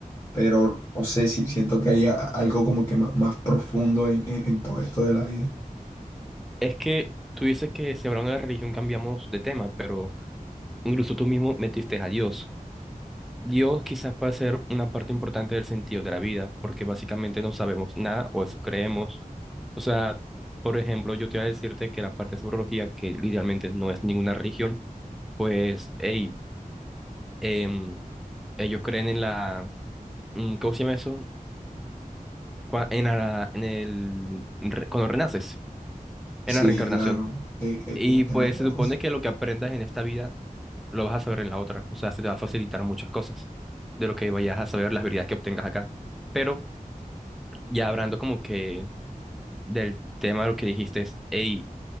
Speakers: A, on the left; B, in the centre.
A: pero o sea sí siento que hay a- algo como que ma- más, profundo en, en- en todo esto de la vida.
B: Es que tú dices que si hablamos de la religión cambiamos de tema, pero incluso tú mismo metiste a Dios. Dios quizás puede ser una parte importante del sentido de la vida, porque básicamente no sabemos nada o eso creemos. O sea, por ejemplo, yo te voy a decirte que la parte de sobrología, que idealmente no es ninguna religión, pues, hey, em, ellos creen en la, mm, ¿cómo se llama eso? Cua- En la, en el, re- cuando renaces,
A: Sí,
B: en la reencarnación.
A: claro, eh, eh,
B: Y
A: eh,
B: pues
A: en la reencarnación.
B: se supone que lo que aprendas en esta vida lo vas a saber en la otra. O sea, se te va a facilitar muchas cosas de lo que vayas a saber, las habilidades que obtengas acá. Pero ya hablando como que del tema de lo que dijiste, es, hey,